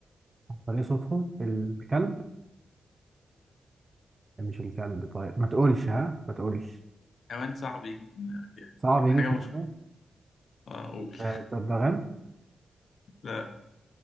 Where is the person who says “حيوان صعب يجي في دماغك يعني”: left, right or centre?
Left